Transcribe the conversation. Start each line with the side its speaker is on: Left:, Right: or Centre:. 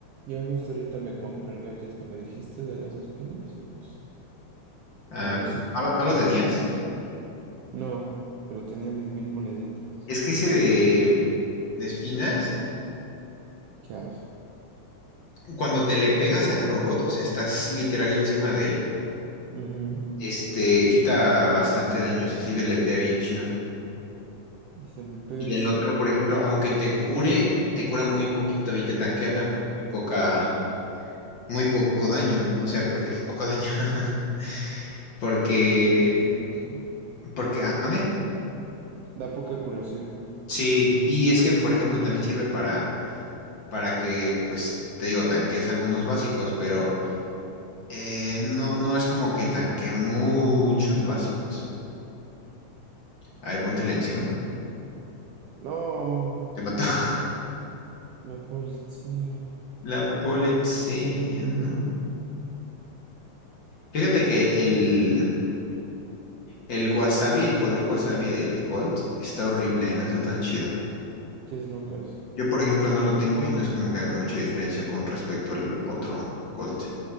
Right: Ya justo ahorita me compré el gadget que me dijiste de las espinas y pues
Left: Ah,
Right: a ver si...
Left: ¿no, lo no lo tenías?
Right: No, pero tenía mis mil moneditas.
Left: Es que ese de, de espinas,
Right: ¿Qué haces?
Left: cuando te le pegas al robot, o sea, estás literal encima de él,
Right: Ujú.
Left: este, quita bastante daños, así deletea bien chido.
Right: Y se me pega
Left: Y
Right: y
Left: el
Right: se
Left: otro,
Right: me pega.
Left: por ejemplo, aunque te cure, te cura muy poquito y te tanquea
Right: Ah,
Left: también muy poca, muy poco daño, o sea, porque
Right: sí,
Left: <laughs> poco daño, <laughs> porque,
Right: poca curación, sí.
Left: porque, ah, mande.
Right: Da poca curación.
Left: Sí, y es que, por ejemplo, también sirve para, para que, pues, te digo, tanques algunos básicos, pero Eh, no, no es como que tanque muchos básicos. A ver, póntela encima.
Right: No,
Left: Te mató. <laughs>
Right: la policía.
Left: La policía, no. Fíjate que el, el wasabi, el poder wasabi del Colt está horrible, ¿eh? no está tan chido.
Right: ¿Qué es lo que hace?
Left: Yo, por ejemplo, no lo tengo y no es como que haga mucha diferencia con respecto al otro Colt.